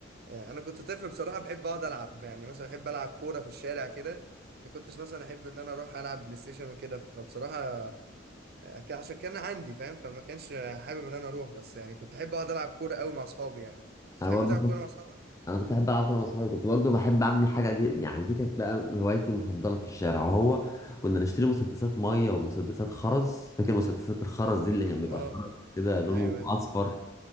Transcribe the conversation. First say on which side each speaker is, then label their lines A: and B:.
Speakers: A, on the right; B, on the left.
A: آه، أنا كنت طفل بصراحة بحب أقعد ألعب يعني مثلا أحب ألعب كورة في الشارع كده ما كنتش مثلا أحب إن أنا أروح ألعب بلاي ستيشن وكده فبصراحة آه، كان- عشان كان عندي فاهم فما كانش حابب إن أنا أروح بس يعني كنت أحب أقعد ألعب كورة أوي مع أصحابي يعني
B: انا
A: بتحب
B: برضه
A: تلعب
B: كنت-
A: كورة مع أصحابك؟
B: <laughs> انا كنت احب العب كوره مع اصحابي كنت برضه بحب اعمل حاجه جي- يعني دي كانت بقى هوايتي المفضله في الشارع وهو كنا نشتري مسدسات ميه ومسدسات خرز فاكر مسدسات الخرز دي اللي كان بيبقى
A: أه
B: الخرز كده لونه
A: أيوه
B: اصفر